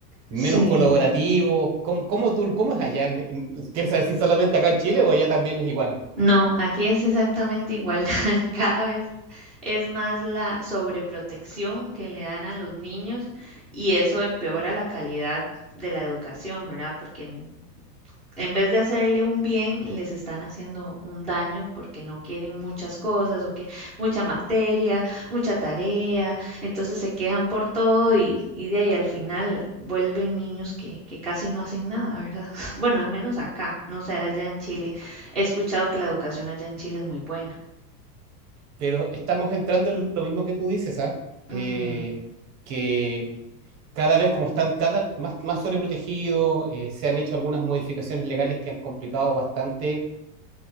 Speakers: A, on the right; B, in the centre.
A: menos
B: sí.
A: colaborativos. ¿Cómo, cómo tú, cómo es allá? en- en- ¿Quieres saber si solamente acá en Chile o allá también es igual?
B: No, aquí es exactamente igual. <laughs> Cada vez es más la sobreprotección que le dan a los niños y eso empeora la calidad de la educación, ¿verdad? Porque en vez de hacerle un bien, les están haciendo un daño porque no quieren muchas cosas o que mucha materia, mucha tarea, entonces se quejan por todo y, y de ahí al final vuelven niños que, que casi no hacen nada, ¿verdad? <laughs> Bueno, al menos acá, no sé, allá en Chile. He escuchado que la educación allá en Chile es muy buena.
A: pero estamos entrando en lo mismo que tú dices, ¿ah?
B: Ujú,
A: Eh, que cada vez como están cada más, más sobreprotegidos, eh, se han hecho algunas modificaciones legales que han complicado bastante